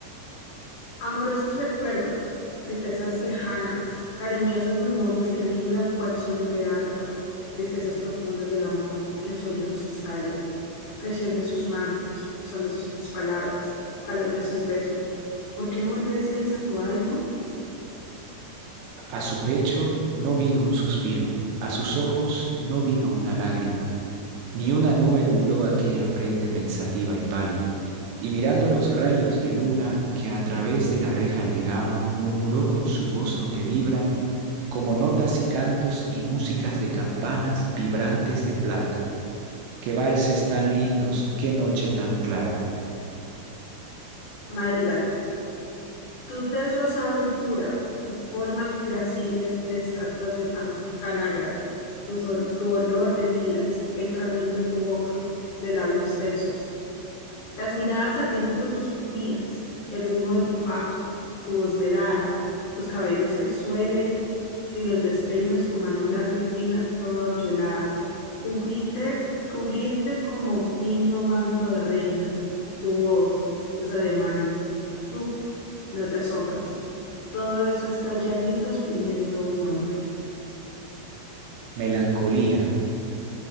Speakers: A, on the left; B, on the right.
A: Amorosos recuerdos, tristezas lejanas, cariñosas memorias que vibran cual sones de arpas, tristezas profundas del amor, que en sollozos estallan, presión de sus manos, son de sus palabras, calor de sus besos. ¿Por qué no volvisteis a tu alma?
B: A su pecho no vino un suspiro, a sus ojos no vino una lágrima. Ni una nube nubló aquella frente pensativa y pálida, y mirando los rayos de luna que a través de la reja llegaban, murmuró con su voz donde vibran como notas y cantos y músicas de campanas vibrantes de plata. Qué valses tan lindos, qué noche tan clara.
A: Madrigal, tu tez rosada y pura, tus formas graciles de estatuas de tan Tanagra, tu, sol- tu olor de lilas, el carmín de tu boca, de labios tersos Las miradas ardientes de tus pupilas, el ritmo de tu paso, tu voz velada, los cabellos que suelen, si los despeinas, tu mano blanca y fina, toda hoyuelada, cubrirte, cubrirte como fino manto de reina, tu voz, tus ademanes, tú, no te asombres. Todo eso está ya a gritos pidiendo un hombre.
B: Melancolía,